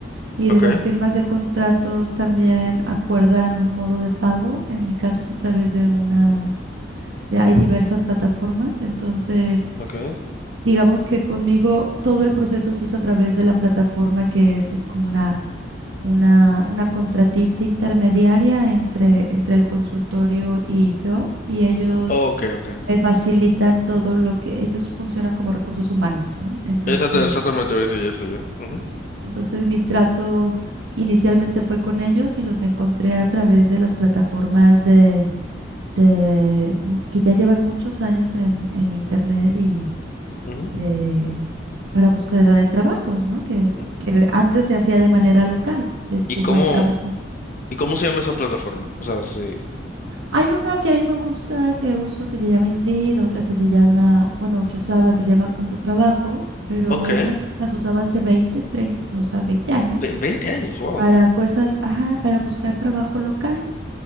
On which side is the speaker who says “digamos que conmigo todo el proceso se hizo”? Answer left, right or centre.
Right